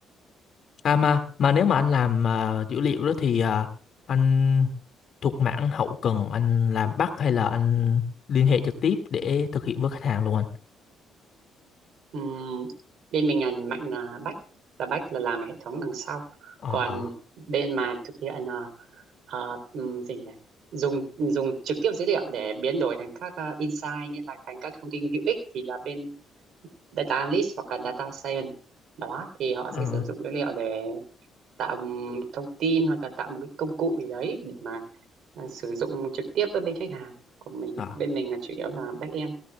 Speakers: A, on the left; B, on the right.
A: à mà mà nếu mà anh làm à, dữ liệu đó thì à, anh thuộc mảng hậu cần anh làm back hay là anh liên hệ trực tiếp để thực hiện với khách hàng luôn anh
B: ừm. bên mình ngành mạnh là back là back là làm hệ thống đằng sau
A: ờ
B: còn
A: ờ
B: bên mà thực hiện là ờ, ừm, gì nhỉ dùng dùng trực tiếp dữ liệu để biến đổi thành các ờ, insight như là thành các thông tin hữu ích thì là bên data analyst hoặc là data science đó thì họ sẽ
A: ờ
B: sử dụng dữ liệu để tạo thông tin hoặc là tạo một cái công cụ gì đấy để mà à, sử dụng trực tiếp với bên khách hàng của mình
A: ờ
B: bên mình là chủ yếu là back end